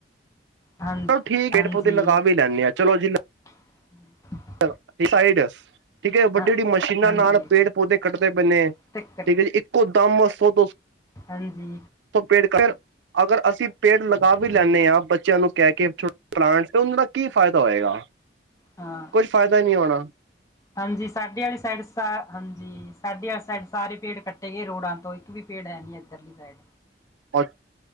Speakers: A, on the left (about 20°); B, on the right (about 80°).
A: ਹਾਂ
B: ਚਲੋ ਠੀਕ
A: ਹਾਂਜੀ
B: <unintelligible> ਹਾਂ ਚਲੋ ਜੀ
A: <inaudible>
B: <unintelligible> ਠੀਕ ਐ ਵੱਡੀ
A: ਹਾਂ
B: ਜੇੜੀ ਮਸ਼ੀਨਾਂ
A: ਹਾਂਜੀ
B: ਨਾਲ ਪੇੜ-ਪੌਦੇ ਕੱਟਦੇ ਪੇ ਨੇ,
A: ਟਿਕਟ
B: ਠੀਕ ਐ ਜੀ ਇੱਕੋ ਦਮ ਸੋ-ਦੋ ਸੋ
A: ਹਾਂਜੀ।
B: ਤੋ ਪੇੜ ਰ ਅਗਰ ਅਸੀਂ ਪੇੜ ਲਗਾ ਵੀ
A: ਹਾਂਜੀ
B: ਲੈਂਨੇ ਆ ਬੱਚਿਆਂ ਨੂੰ ਕੈ ਕੇ ਪਲਾਂਟਸ 'ਤੇ ਉਨਾਂ ਦਾ ਕੀ ਫ਼ਾਇਦਾ ਹੋਏਗਾ?
A: ਹਾਂ।
B: ਕੋਈ ਫਾਇਦਾ ਈ ਨੀ ਹੋਣਾ।
A: ਹਾਂਜੀ ਸਾਡੇ ਆਲੀ ਸਾਈਡ ਸਾ ਹਾਂਜੀ ਸਾਡੀ ਆ ਸਾਈਡ ਸਾਰੇ ਪੇੜ ਕੱਟੇ ਗੇ ਰੋੜਾ ਤੋਂ ਇੱਕ ਵੀ ਪੇੜ ਹੈ ਨੀ ਏਧਰਲੀ ਸਾਈਡ।
B: ਅੱ